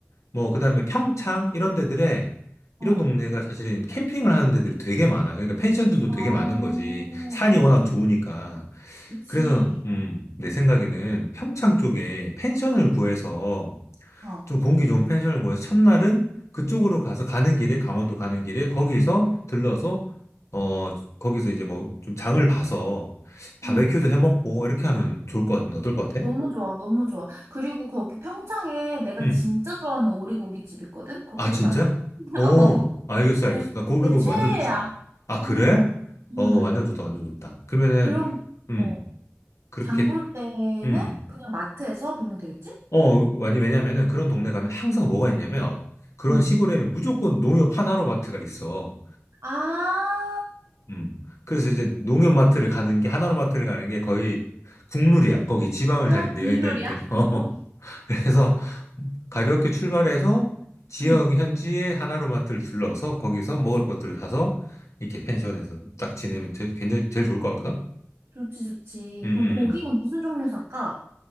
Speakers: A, on the left; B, on the right.
A: 뭐 그다음에 평창 이런 데들에
B: 어,
A: 이런 동네가 사실은 캠핑을 하는 데들이 되게 많아. 그러니까 펜션들도
B: 어,
A: 되게
B: 어,
A: 많은 거지.
B: 어,
A: 산이 워낙 좋으니까.
B: 그치.
A: 그래서 음, 내 생각에는 평창 쪽에 펜션을 구해서
B: 어,
A: 좀 공기 좋은 펜션을 구해서 첫날은 그쪽으로 가서 가는 길에 강원도 가는 길에 거기서 들러서 어 거기서 이제 뭐 좀 장을 봐서 바베큐도
B: 응.
A: 해 먹고 이렇게 하면 좋을 것 같은데 어떨 것 같아?
B: 너무 좋아, 너무 좋아. 그리고 거기 평창에 내가
A: 음.
B: 진짜 좋아하는 오리고기집 있거든? 거기도
A: 아, 진짜?
B: 가자. <laughs>
A: 어,
B: 어.
A: 알겠어,
B: 내,
A: 알겠어. 나 고,
B: 내
A: 그리고
B: 최애야.
A: 그거 완전 좋지. 아, 그래?
B: 음, 음.
A: 어, 완전 좋다, 완전 좋다. 그러면은,
B: 그럼,
A: 음,
B: 어,
A: 그렇게,
B: 장볼 때는
A: 음. 음.
B: 그냥 마트에서 보면 되겠지?
A: 어, 아니, 왜냐면은 그런 동네 가면 항상 뭐가 있냐면, 그런
B: 음.
A: 시골에는 무조건 농협 하나로마트가 있어.
B: 아,
A: 음. 그래서 이제 농협마트를 가는 게, 하나로마트를 가는 게 거의 국룰이야. 거기 지방을
B: 아,
A: 다닐
B: 국룰이야?
A: 때, 여행 다닐 때는. <laughs>
B: 어.
A: 그래서 가볍게 출발해서 지역
B: 음,
A: 현지의 하나로마트를 둘러서 거기서 먹을 것들을 사서 이렇게 펜션에서 딱 지내면 제 굉장히 제일 좋을 것 같거든?
B: 좋지, 좋지.
A: 음, 음,
B: 그럼 고기는 무슨 종류 살까?